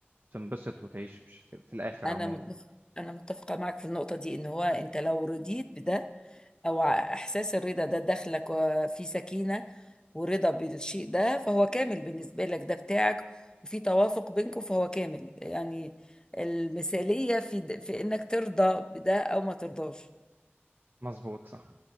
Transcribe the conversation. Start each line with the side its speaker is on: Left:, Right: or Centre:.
Right: تنبسط وتعيش في في الاخر
Left: أنا
Right: عموما
Left: متفق أنا متفقة معك في النقطة دي إن هو أنت لو رضيت بده أو ع- إحساس الرضا ده داخلك وفي سكينة ورضا بالشيء ده فهو كامل بالنسبة لك ده بتاعك وفي توافق بينكم فهو كامل يعني المثالية في, د- في إنك ترضى بده أو ما ترضاش
Right: مظبوط صح